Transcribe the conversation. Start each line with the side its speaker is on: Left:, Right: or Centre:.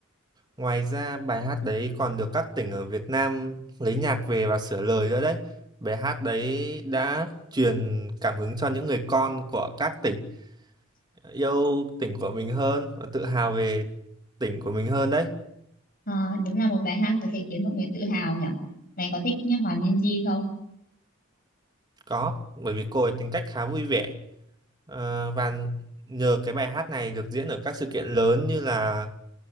Right: Ngoài ra bài hát đấy còn được các tỉnh ở Việt Nam lấy nhạc về và sửa lời nữa đấy. Bài hát đấy đã truyền cảm hứng cho những người con của các tỉnh yêu tỉnh của mình hơn và tự hào về tỉnh của mình hơn đấy.
Left: Ờ, đúng là một bài hát có thể khiến mọi người tự hào nhỉ. mày có thích nhá, Hòa Minzy không?
Right: Có, bởi vì cô ấy tính cách khá vui vẻ Ờ, và nhờ cái bài hát này được diễn ở các sự kiện lớn như là